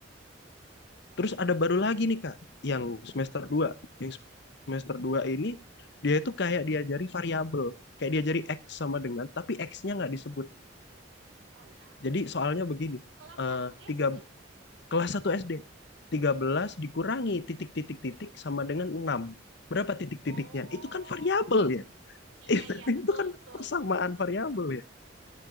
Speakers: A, on the left (about 65°); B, on the right (about 75°).
A: Terus ada baru lagi nih Kak, yang semester 2 Yang semester 2 ini dia itu kayak diajari variabel, kayak diajari X sama dengan tapi X-nya nggak disebut.
B: Oh ya,
A: Jadi soalnya begini,
B: kelas
A: eh
B: 1 SD.
A: tiga, kelas 1 SD belas dikurangi titik-titik-titik sama dengan enam Berapa titik-titiknya?
B: Oh,
A: Itu kan variabel ya.
B: iya,
A: <laughs>
B: iya, betul,
A: Itu kan
B: betul.
A: persamaan variabel ya.